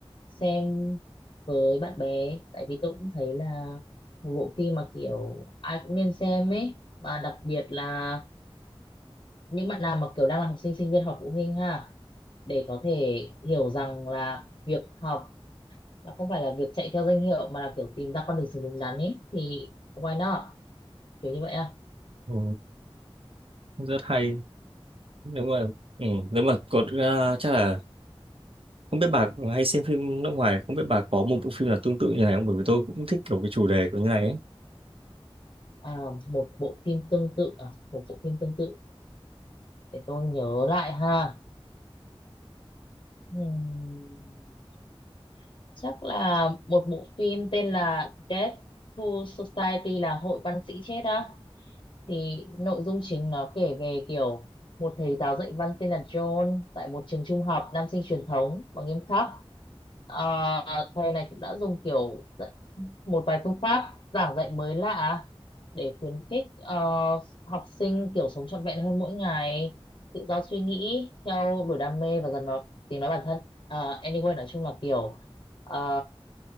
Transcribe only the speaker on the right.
ừ, rất hay nếu mà ừ, nếu mà có ờ, chắc là Không biết bà hay xem phim nước ngoài, không biết bà có một bộ phim nào tương tự như này không? Bởi vì tôi cũng thích kiểu cái chủ đề của như này ấy.